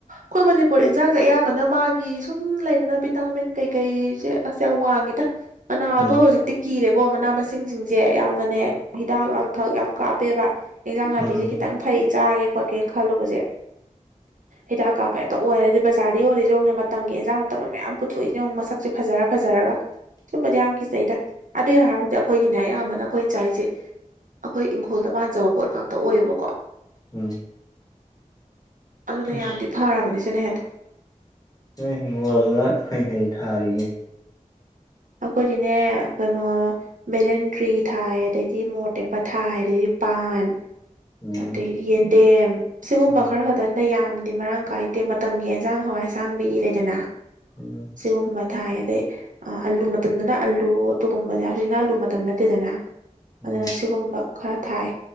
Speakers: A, on the right; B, on the left.
A: ꯈꯣꯏ ꯃꯅꯤꯄꯨꯔ ꯏꯟꯖꯥꯡꯖꯦ ꯑꯌꯥꯝꯕꯅ ꯃꯥꯒꯤ ꯁꯨꯝ ꯂꯩꯗꯅ ꯚꯤꯇꯥꯃꯤꯟ ꯀꯩꯀꯩꯖꯦ ꯁꯦ ꯌꯥꯝ ꯋꯥꯡꯉꯤꯗ ꯃꯅꯥ
B: ꯎꯝ
A: ꯑꯗꯣ ꯍꯧꯖꯤꯛꯇꯤ ꯀꯤꯔꯦꯀꯣ ꯃꯅꯥ ꯃꯁꯤꯡꯁꯤꯡꯖꯦ ꯌꯥꯝꯅꯅꯦ ꯍꯤꯗꯥꯛ ꯂꯥꯡꯊꯛ ꯌꯥꯝ ꯀꯥꯞꯄꯦꯕ ꯏꯟꯖꯥꯡ ꯅꯥꯄꯤꯖꯦ
B: ꯎꯝ ꯎꯝ
A: ꯈꯤꯇꯪ ꯐꯩ ꯆꯥꯒꯦ ꯈꯣꯠꯀꯦ ꯈꯜꯂꯨꯕꯖꯦ ꯍꯤꯗꯥꯛ ꯀꯥꯞꯄ ꯍꯦꯛꯇ ꯑꯣꯏꯔꯗꯤ ꯕꯖꯥꯔꯗ ꯌꯣꯜꯂꯤꯖꯦ ꯌꯦꯡꯉꯨꯅꯦ ꯃꯇꯝꯒꯤ ꯏꯟꯖꯥꯡ ꯐꯠꯇꯕ ꯃꯌꯥꯝ ꯄꯨꯊꯣꯛꯏꯅꯦ ꯑꯃꯨꯛ ꯃꯁꯛꯁꯦ ꯐꯖꯔ ꯐꯖꯔꯒ ꯁꯨꯝꯕꯗꯤ ꯌꯥꯝ ꯈꯤꯖꯩꯗ ꯑꯗꯨ ꯍꯥꯏꯔꯕꯨꯗꯤ ꯑꯩꯈꯣꯏꯒꯤꯅꯦ ꯑꯌꯥꯝꯕꯅ ꯑꯩꯈꯣꯏ ꯆꯥꯏꯖꯦ ꯑꯈꯣꯏ ꯏꯪꯈꯣꯜꯗ ꯄꯥꯟꯖꯕ ꯄꯣꯠ ꯉꯥꯛꯇ ꯑꯣꯏꯌꯦꯕꯀꯣ
B: ꯎꯝ
A: ꯑꯗꯨꯅ
B: ꯑꯁ
A: ꯌꯥꯝꯗꯤ ꯐꯔꯕꯅꯤ ꯁꯤꯅꯦ ꯍꯦꯟ
B: ꯅꯣꯏ ꯍꯤꯡꯒꯣꯜꯅ ꯀꯩꯀꯩ ꯊꯥꯔꯤꯒꯦ
A: ꯑꯈꯣꯏꯗꯤꯅꯦ ꯀꯩꯅꯣ ꯚꯦꯂꯟꯗ꯭ꯔꯤ ꯊꯥꯏ ꯑꯗꯩꯗꯤ ꯃꯣꯔꯠ ꯇꯦꯛꯄ ꯊꯥꯏ ꯑꯗꯩꯗꯤ ꯄꯥꯟ
B: ꯎꯝ
A: ꯑꯗꯩꯗꯤ ꯌꯦꯟꯗꯦꯝ ꯁꯤꯒꯨꯝꯕ
B: ꯎꯝ
A: ꯈꯔ ꯈꯠ ꯇꯟꯗ ꯌꯥꯝꯗꯤ ꯃꯔꯥꯡ ꯀꯥꯏꯗꯦ ꯃꯇꯝꯒꯤ ꯑꯦꯟꯖꯥꯡ ꯍꯋꯥꯏꯁꯥꯡꯕꯤ ꯂꯩꯗꯅ
B: ꯎꯝ
A: ꯁꯤꯒꯨꯝꯕ ꯊꯥꯢ ꯑꯗꯩ ꯑꯂꯨ ꯃꯇꯝꯗꯅ ꯑꯂꯨ ꯑꯗꯨꯒꯨꯝꯕꯗꯤ ꯍꯧꯖꯤꯛꯅ ꯑꯜꯂꯨ ꯃꯇꯝ ꯅꯠꯇꯦꯗꯅ
B: ꯎꯝ
A: ꯑꯗꯨꯅ ꯁꯤꯒꯨꯝꯕ ꯈꯔ ꯊꯥꯏ